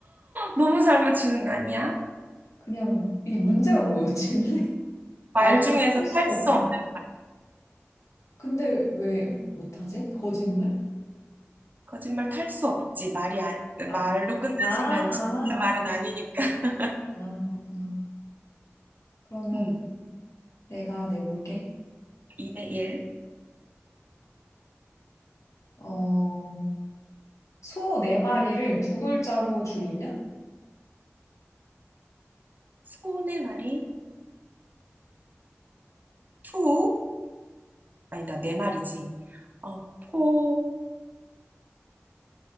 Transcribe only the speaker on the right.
너무 잘 맞추는 거 아니야?
말
중에서
탈
수 없는,
거짓말 탈 수 없지. 말이, 아,
말로 끝나지만
진짜 말은 아니니까. <laughs>
음,
2대 1.
소의 말이 투, 아니다, 내 말이지. 어, 포,